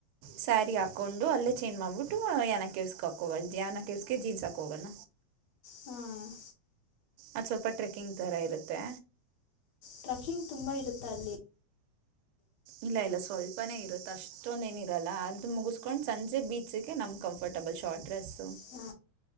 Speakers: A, on the right; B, on the left.
A: ಸ್ಯಾರಿ ಹಾಕ್ಕೊಂಡು ಅಲ್ಲೇ ಚೇಂಜ್ ಮಾಡಿಬಿಟ್ಟು ಯಾನ ಕ್ಯೇಸ್ ಹಾಕೋಗಣ ಯಾನ ಕೇಸ್ಗೆ ಜೀನ್ಸ್ ಹಾಕೋಹೊಗಣ
B: ಹ್ಮ್
A: ಅದು ಸ್ವಲ್ಪ ಟ್ರೆಕ್ಕಿಂಗ್ ತರ ಇರುತ್ತೆ
B: ಟ್ರಕಿಂಗ್ ತುಂಬಾ ಇರುತ್ತೆ ಅಲ್ಲಿ
A: ಇಲ್ಲ ಇಲ್ಲ ಸ್ವಲ್ಪನೇ ಇರುತ್ತ ಅಷ್ಟೊಂದ ಏನಿರಲ್ಲ ಅದು ಮುಗಿಸಸ್ಕೊಂಡ್ ಸಂಜೆ ಬೀಚಗೆ ನಮ್ ಕಂಫರ್ಟಬಲ್ ಶಾರ್ಟ್ ಡ್ರೆಸ್
B: ಹ್ಮ